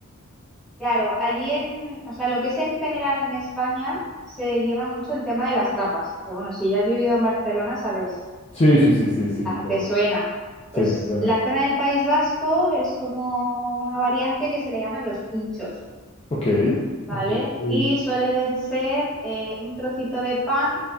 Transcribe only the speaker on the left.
Sí, sí, sí, sí, sí,
claro.
Sí,
me suena.
Ok,
ok, ok,